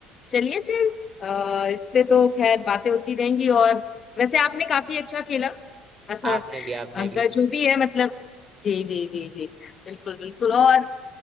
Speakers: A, on the left; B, on the right.
A: चलिए फिर अ, इस पे तो खैर बातें होती रहेंगी और वैसे आपने काफी अच्छा खेला <laughs>
B: आपने भी आपने
A: अगर
B: भी
A: जो भी है मतलब जी जी जी जी बिल्कुल बिल्कुल और